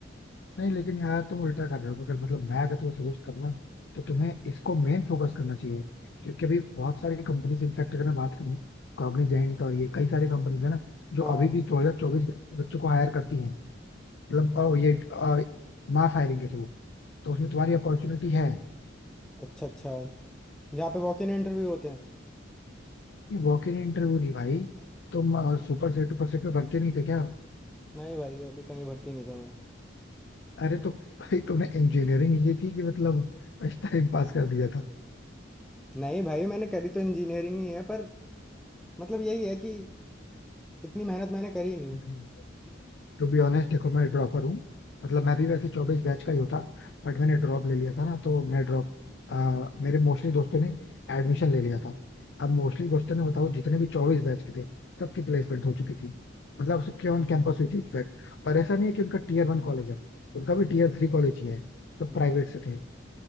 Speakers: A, on the left; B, in the centre.
A: नहीं लेकिन यार तुम उल्टा कर रहे हो अगर मतलब मैं अगर तुम्हें सजेस्ट करना तो तुम्हें इसको मेन फोकस करना चाहिए क्योंकि अभी बहुत सारी कंपनीज इनफैक्ट अगर मैं बात करूँ कॉग्निजेंट और ये कई सारी कंपनीज है ना जो
B: हाँ
A: अभी भी 2024 बैच के बच्चों को हायर करती हैं मतलब अ, ये मास हायरिंग के थ्रू तो उसमें तुम्हारी अपॉर्चुनिटी है
B: अच्छा अच्छा जहाँ पे वॉक इन इंटरव्यू होते हैं
A: ये वॉक इन इंटरव्यू नहीं भाई तुम सुपर सेट सुपर सेट में भरते नहीं थे क्या
B: नहीं भाई अभी कहीं भर्ती नहीं था मैं
A: अरे तो भाई तुमने इंजीनियरिंग ये थी कि मतलब <laughs> टाइम पास कर दिया था
B: नहीं भाई मैंने करी तो इंजीनियरिंग ही है पर मतलब यही है कि इतनी मेहनत मैंने करी नहीं
A: नहीं टू बी ऑनेस्ट देखो मैं ड्रॉपर हूँ मतलब मैं भी वैसे चौबीस बैच का ही होता बट मैंने ड्रॉप ले लिया था ना तो मैं ड्रॉप आ, मेरे मोस्टली दोस्तों ने एडमिशन ले लिया था अब मोस्टली दोस्तों ने बताओ जितने भी चौबीस बैच के थे सबकी प्लेसमेंट हो चुकी थी मतलब सबके ऑन कैंपस हुई थी इनफैक्ट और ऐसा नहीं है कि उनका टीयर वन कॉलेज है उनका भी टीयर थ्री कॉलेज ही है सब
B: अच्छा
A: प्राइवेट से थे